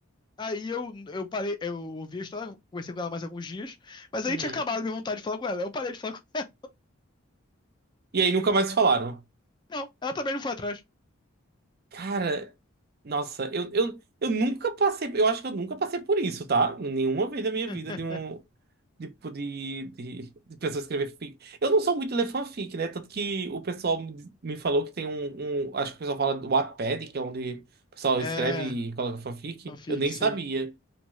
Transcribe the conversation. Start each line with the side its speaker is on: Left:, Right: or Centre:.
Left: aí eu, eu parei, eu ouvi a história, conversei com ela mais alguns dias, mas aí
Right: Uhum.
Left: tinha acabado minha vontade de falar com ela. Eu parei de falar com ela.
Right: E aí nunca mais se falaram.
Left: <laughs> Não, ela também não foi atrás.
Right: Cara, nossa, eu, eu, eu nunca passei. Eu acho que eu nunca passei por isso, tá? Nenhuma vez da minha
Left: <laughs>
Right: vida de um. Tipo de, de, de pessoa escrever fic. Eu não sou muito ler fanfic, né? Tanto que o pessoal me me falou que tem um, um- Acho que o pessoal fala do Wattpad, que é onde o pessoal
Left: É,
Right: escreve e coloca fanfic.
Left: fanfic,
Right: Eu nem
Left: sim.
Right: sabia.